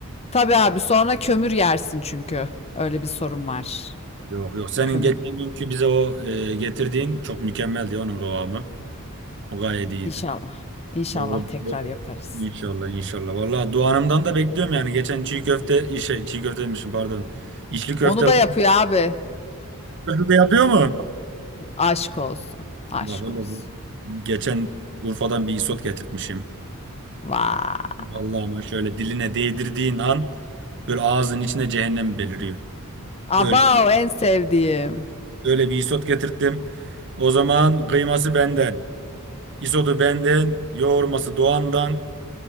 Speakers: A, on the left; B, on the right.
A: Tabii abi sonra kömür yersin çünkü öyle bir sorun var
B: Yok yok senin
A: kömür
B: geçen günkü bize o e, getirdiğin çok mükemmeldi onun kıvamı. O gayet iyiydi.
A: inşallah inşallah
B: O, o,
A: tekrar
B: o-
A: yaparız.
B: İnşallah inşallah. Vallahi duanımdan da bekliyorum yani. Geçen çiğ köfte şey çiğ köfte demişim pardon. İçli köfte
A: Onu
B: laf
A: da yapıyor abi.
B: köfte de yapıyor mu?
A: Aşk olsun. Aşk
B: Bak hele
A: olsun.
B: bu. Geçen Urfa'dan bir isot getirtmişim.
A: Vay.
B: Vallahi ama şöyle diline değdirdiğin an böyle ağzın içine cehennem beliriyor. Öyle,
A: Abav en sevdiğim.
B: öyle bir isot getirttim. O zaman kıyması benden, isotu benden, yoğurması Doğan'dan.